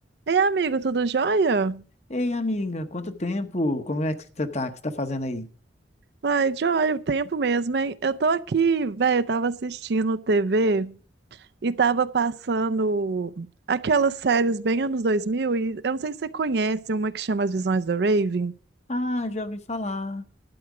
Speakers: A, on the right (about 60°); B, on the left (about 35°).
A: Ei, amigo, tudo jóia?
B: Ei, amiga, quanto tempo? Como é que você tá? O que você tá fazendo aí?
A: Ai, jóia, o tempo mesmo, hein? Eu tô aqui, velho, eu tava assistindo TV e tava passando aquelas séries bem anos 2000 e eu não sei se você conhece uma que chama As Visões da Raven.
B: Ah, já ouvi falar.